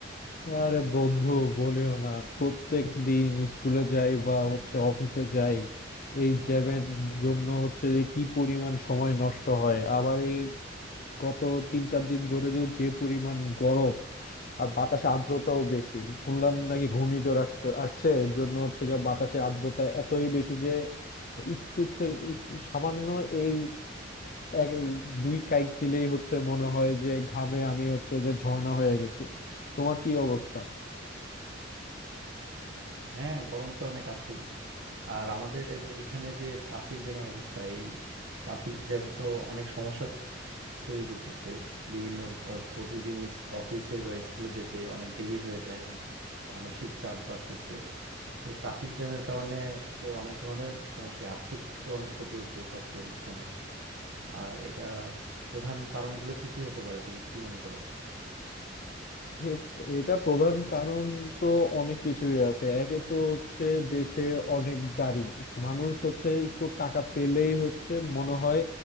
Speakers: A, on the left; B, on the right.
A: আরে বন্ধু বলিও না প্রত্যেক দিন স্কুলে যাই বা হচ্ছে অফিসে যাই এই জ্যামের জন্য হচ্ছে যে কি পরিমাণ সময় নষ্ট হয় আবার এই গত তিন চার দিন ধরে তো যে পরিমাণ গরম আর বাতাসে আর্দ্রতাও বেশি শুনলাম নাকি ঘূর্ণিঝড় আসতে আসছে এর জন্য হচ্ছে গিয়ে বাতাসে আর্দ্রতা এতই বেশি যে একটু থেকে একটু সামান্য এই এক দুই কাইক দিলেই হচ্ছে মনে হয় যে ঘামে আমি হচ্ছে যে ঝর্ণা হয়ে গেছি তোমার কি অবস্থা
B: হ্যাঁ গরম তো অনেক আছেই আর আমাদের এখানে যে ট্রাফিক জ্যামের অবস্থা এই ট্রাফিক জ্যাম তো অনেক সমস্যা তৈরি করতেছে বিভিন্ন আহ, প্রতিদিন ইস- অফিসে বা স্কুলে যেতে অনেক দেরি হয়ে যায় মানসিক চাপ বাড়তেছে তো ট্রাফিক জ্যামের কারণে তো অনেক ধরনের সমস্যা আর্থিক তো অনেক ক্ষতি হচ্ছে সব প্রতিষ্ঠানের আর এটা প্রধান কারণগুলো কি কি হতে পারে তুমি কি মনে করো
A: এ- এটা প্রধান কারণ তো অনেক কিছুই আছে একে তো হচ্ছে দেশে অনেক গাড়ি মানুষ হচ্ছে একটু টাকা পেলেই হচ্ছে মনে হয়